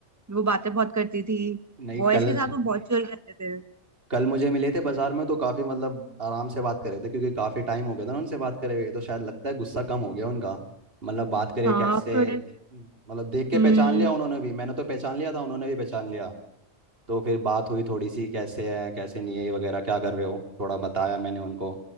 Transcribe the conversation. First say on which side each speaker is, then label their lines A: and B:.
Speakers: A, on the right; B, on the right.
A: वो बातें बहुत करती थी
B: नहीं
A: बॉयज
B: कल
A: के साथ वो बहुत चिल रहते थे
B: कल मुझे मिले थे बाजार में तो काफ़ी मतलब आराम से बात कर रहे थे क्योंकि काफ़ी टाइम हो गया था ना उनसे बात करे हुए तो शायद लगता है गुस्सा कम हो गया उनका मतलब बात करे
A: हाँ
B: कैसे
A: थोड़े
B: मतलब देख के
A: हम्म
B: पहचान लिया उन्होंने भी मैंने तो पहचान लिया था उन्होंने भी पहचान लिया तो फिर बात हुई थोड़ी सी कैसे है कैसे नहीं है ये वगैरह क्या कर रहे हो थोड़ा बताया मैंने उनको